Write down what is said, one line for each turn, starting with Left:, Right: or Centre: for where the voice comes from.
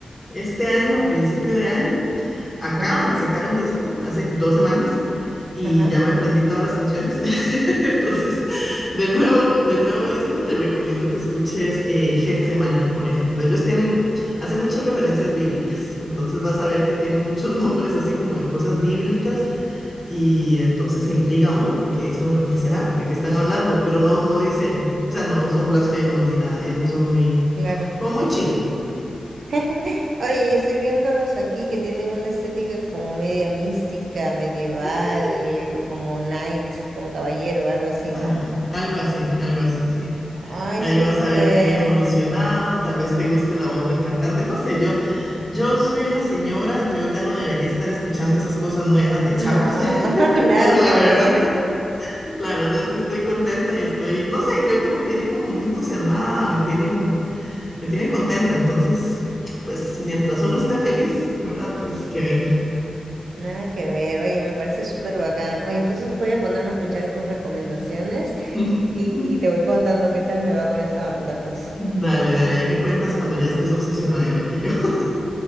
Left: este año, a principio de año. Acaban
Right: ajá,
Left: de sacar un disco hace dos semanas. y
Right: ajá,
Left: ya me aprendí todas las canciones. <laughs> Entonces, del nuevo, del nuevo disco te recomiendo que escuches eh, Getsemaní, por ejemplo. Ellos tienen, hacen muchas referencias bíblicas, entonces vas a ver que tienen muchos <laughs> nombres así como de cosas bíblicas y entonces se intriga uno porque dice uno, ¿qué será? ¿De qué están hablando? Pero no, no dice, o sea, no son blasfemos ni nada, ellos son muy,
Right: claro.
Left: como muy chill.
Right: <laughs> Oye, yo estoy viéndolos aquí que tienen una estética como media mística, medieval,
Left: Y-
Right: como knight, como caballero, algo así,
Left: Ajá,
Right: ¿no?
Left: algo así, algo así, sí.
Right: Ay,
Left: Ahí
Right: súper.
Left: vas a ver que han evolucionado, tal vez te guste la voz del cantante, no sé, yo, yo soy una señora, yo ya no debería estar escuchando esas cosas nuevas de chavos,
Right: No,
Left: <laughs>
Right: <laughs> nada
Left: pero la
Right: que
Left: verdad,
Right: ver,
Left: <laughs> la verdad es que estoy contenta y estoy, no sé, creo que me tienen como muy entusiasmada, me tienen, me tienen contenta, entonces, pues mientras uno esté feliz, ¿verdad? Pues que venga.
Right: nada que ver. Oye, me parece súper bacán. Oye, entonces voy a ponerme a escuchar tus recomendaciones
Left: <laughs>
Right: y te voy contando qué tal me va con esa banda, pues.
Left: Dale, dale, ahí me cuentas cuando ya estés obsesionada igual que yo. <laughs>